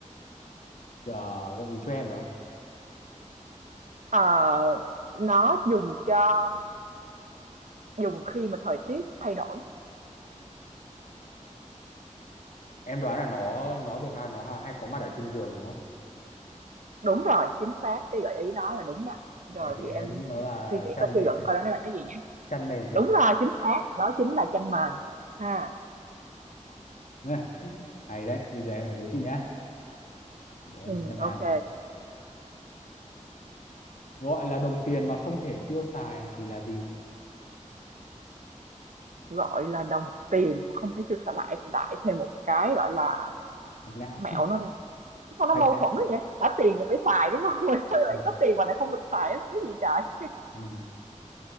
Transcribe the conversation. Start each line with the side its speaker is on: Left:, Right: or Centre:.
Left: Ờ, gợi ý cho em được không
Right: Ờ, nó dùng cho dùng khi mà thời tiết thay đổi
Left: em đoán là nó nó được hay nó hay có mặt ở trên giường đúng không
Right: Đúng rồi, chính xác, cái gợi ý đó là đúng đó. Rồi
Left: vậy thì
Right: thì
Left: em
Right: em
Left: nghĩ nó là
Right: suy nghĩ
Left: chăn
Right: coi suy
Left: mền
Right: luận
Left: đấy
Right: coi đó là cái gì nhé.
Left: chăn mền
Right: Đúng
Left: chị ạ <laughs>
Right: rồi, chính xác, đó chính là chăn mền. Ha.
Left: Ừ, hay đấy bây giờ em lại đố chị nhá để em
Right: Ừ,
Left: xem
Right: ok.
Left: nào gọi là đồng tiền mà không thể tiêu xài thì là gì
Right: Gọi là đồng tiền mà không thể tiêu xài lại lại thêm một cái gọi là
Left: hạch não
Right: mẹo
Left: <laughs>
Right: nó đi. Sao nó
Left: hạch
Right: mâu
Left: não
Right: thuẫn vậy? Đã tiền là phải xài đúng không? Mà sao lại
Left: Ờ,
Right: có tiền mà lại không được xài là cái gì trời?
Left: ừ,